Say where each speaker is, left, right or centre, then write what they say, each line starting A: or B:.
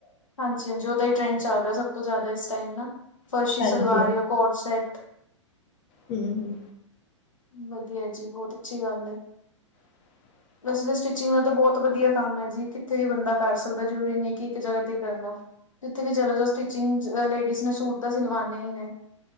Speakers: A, on the left; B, on the left.
A: ਹਾਂਜੀ ਹਾਂਜੀ ਉਹਦਾ ਹੀ ਟ੍ਰੈਂਡ ਚੱਲ ਦਾ ਨਾ ਸਭ ਤੋਂ ਜ਼ਿਆਦਾ ਇਸ ਟਾਈਮ ਨਾ। ਫਰਸ਼ੀ
B: ਹਾਂਜੀ
A: ਸਲਵਾਰ, ਯਾ ਕੋਟ ਸੈਟ।
B: ਹੂੰ ਹੂੰ।
A: ਵਧੀਆ ਜੀ ਬਹੁਤ ਅੱਛੀ ਗੱਲ ਹੈ।
B: ਹੂੰ। <unintelligible>
A: ਵੈਸੇ ਤਾਂ ਸਟਿਚਿੰਗ ਦਾ ਤਾਂ ਬਹੁਤ ਵਧੀਆ ਕੰਮ ਹੈ ਜੀ, ਕਿੱਥੇ ਵੀ ਬੰਦਾ ਕਰ ਸਕਦਾ ਜ਼ਰੂਰੀ ਨਹੀਂ ਕਿ ਇੱਕ ਜਗ੍ਹਾ ਤੇ ਹੀ ਕਰਨਾ। ਜਿੱਥੇ ਵੀ ਚਲੋ ਜਾ ਸਟਿਚਿੰਗ 'ਚ ਲੇਡੀਜ਼ ਨੇ ਸੂਟ ਤਾਂ ਸਿਲਵਾਨਣੇ ਹੀ ਨੇ।